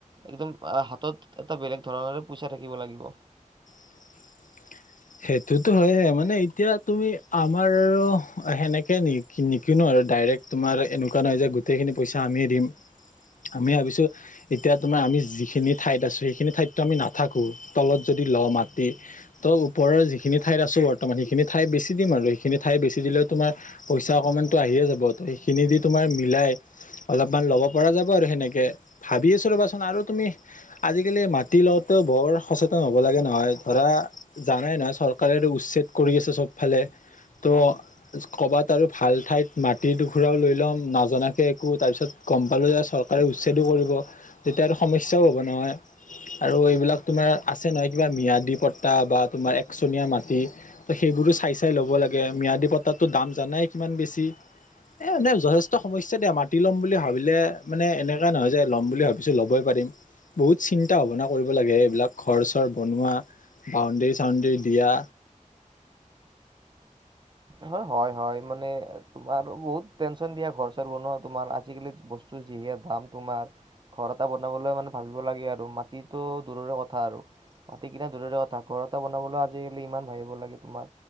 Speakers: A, on the right (about 35°); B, on the left (about 70°).
A: একদম হাতত এটা বেলেগ ধৰণৰে পইচা থাকিব লাগিব
B: <inaudible> সেইটোতো হয় মানে এতিয়া তুমি আমাৰ আৰু সেনেকে নিকিনো আৰু ডাইৰেক্ট তোমাৰ এনেকুৱা নহয় যে গোটেইখিনি পইচা আমিয়ে দিম আমি ভাবিছোঁ, এতিয়া তোমাৰ আমি যিখিনি ঠাইত আছোঁ সেইখিনি ঠাইততো আমি নাথাকো তলত যদি ল' মাটি ত' উপৰৰ যিখিনি ঠাইত আছোঁ বৰ্তমান সেইখিনি ঠাই বেছি দিম আৰু, সেইখিনি ঠাই বেছি দিলেও তোমাৰ পইচা অকণমানটো আহি য়ে যাব সেইখিনি দি তোমাৰ মিলাই অলপমান ল'ব পৰা যাব আৰু সেনেকে ভাবি আছোঁ ৰ'বা চোন আৰু তুমি আজিকালি মাটি লওঁতে বৰ সচেতন হ'ব লাগে নহয় ধৰা জানাই নহয় চৰকাৰেটো উচ্ছেদ কৰি আছে চবফালে তো ক'ৰবাত আৰু ভাল ঠাইত মাটিদুখুৰাও লৈ ল'ম নজনাকৈ একো তাৰপিছত গম পালোঁ যে চৰকাৰে উচ্ছেদো কৰিব যেতিয়া আৰু সমস্যাও হ'ব নহয়, আৰু এইবিলাক তোমাৰ আছে নহয় কিবা মি্যাদী পট্তা বা তোমাৰ একচনীয়া মাটি তো সেইবোৰো চাই চাই ল'ব লাগে মিঞাদী পট্টা দাম জানাই কিমান বেছি। এ, মানে যথেষ্ট সমস্যা দিয়া মাটি ল'ম বুলি ভাবিলে মানে এনেকুৱা নহয় যে ল'ম বুলি ভাবিছো ল'বই পাৰিম। বহুত চিন্তা ভাৱনা কৰিব লাগে, এইবিলাক ঘৰচৰ বনোৱা বাউণ্ডৰীজ বাউণ্ডৰি দিয়া।
A: হয়, হয় হয়, মানে তোমাৰ বহুত টেনচন দিয়া ঘৰ চৰ বনোৱা তোমাৰ আজিকালি বস্তু যিহে দাম তোমাৰ ঘৰ এটা বনাবলৈ মানে ভাবিব লাগে আৰু মাটিতটো দূৰৰে কথা আৰু। মাটি কিনা দূৰৰে কথা ঘৰ এটা বনাবলৈ আজিকালি ইমান ভাবিব লাগে তোমাৰ